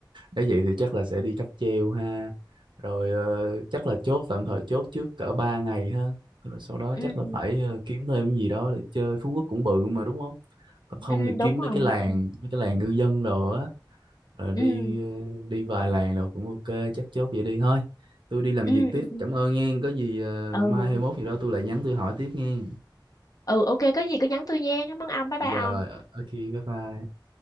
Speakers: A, on the right; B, on the left.
A: Nếu vậy thì chắc là sẽ đi cáp treo ha. Rồi ờ, chắc là chốt tạm thời chốt trước cỡ 3 ngày ha. Rồi sau
B: <laughs>
A: đó chắc
B: ừ,
A: là phải ờ, kiếm thêm cái gì đó để chơi. Phú Quốc cũng bự mà đúng không? Còn không
B: ừ
A: thì
B: đúng
A: kiếm
B: rồi
A: mấy cái làng,
B: đúng rồi
A: mấy cái làng ngư dân đồ á. Rồi đi
B: ừ
A: ờ, đi vài làng rồi cũng ok, chắc chốt vậy đi thôi. Tôi đi làm
B: ừ
A: việc tiếp.
B: ừ ừ
A: Cảm ơn nghe. Có gì ờ,
B: ừ
A: mai hay mốt gì đó tôi lại nhắn tôi hỏi tiếp nghe.
B: ừ ok có gì cứ nhắn tôi nha cảm ơn ông bye bye
A: Rồi,
B: ông
A: ok, bye bye.